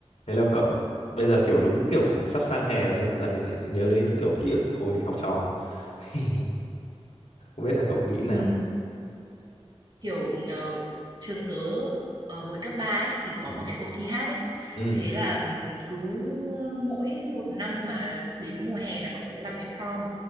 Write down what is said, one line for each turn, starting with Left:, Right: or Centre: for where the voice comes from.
Left: Hello cậu, bây giờ kiểu đúng kiểu sắp sang hè rồi ấy, là mình lại nhớ đến kiểu ký ức hồi học trò. <laughs> Không biết là cậu nghĩ nào?
Right: Ừ, kiểu ờ, trường tớ ờ, hồi cấp 3 ấy thì có
Left: Ừ,
Right: một cái cuộc thi hát ấy.
Left: ừ
Right: Thế là ừm, cứ mỗi một năm mà đến mùa hè là bọn tớ sẽ làm cái prom.